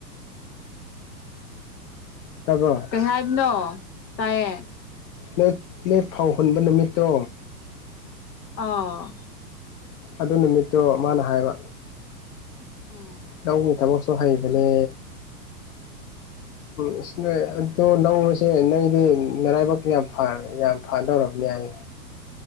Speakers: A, on the left (about 55°); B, on the left (about 85°).
A: ꯇꯕ꯭ꯔꯣ
B: ꯀꯩ ꯍꯥꯏꯕꯅꯣ ꯇꯥꯏꯌꯦ
A: ꯅꯣꯏ ꯅꯣꯏ ꯐꯧ ꯍꯨꯟꯕ ꯅꯨꯃꯤꯠꯇꯣ
B: ꯑꯥ
A: ꯑꯗꯨ ꯅꯨꯃꯤꯠꯇꯣ ꯃꯥꯅ ꯍꯥꯏꯕ
B: ꯎꯝ
A: ꯂꯧꯒꯤ ꯊꯕꯛꯁꯨ ꯍꯩꯕꯅꯦ ꯑꯗꯨꯝ ꯅꯣꯢ ꯑꯗꯨ ꯂꯧꯕꯁꯦ ꯅꯣꯏꯗꯤ ꯅꯔꯥꯏꯕꯛ ꯌꯥꯝ ꯐꯔꯕꯅꯦ ꯐꯗꯧꯔꯕꯅꯤ ꯍꯥꯏꯌꯦ